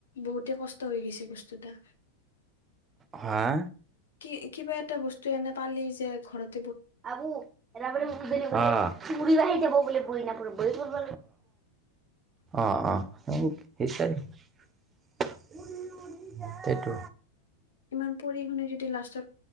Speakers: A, on the left; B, on the right.
A: বহুতে কষ্ট হৈ গৈছে বস্তুতটা-
B: হা-
A: কি কিবা এটা বস্তু এনে পালি যে ঘৰত--্
B: আবু এ ব বজৰি বা আহি যাব বোলে বুৰি বাই জাব অঁ, অঁ সেইটো-
A: ইমান পঢ়ি শুনি যদি লাষ্টত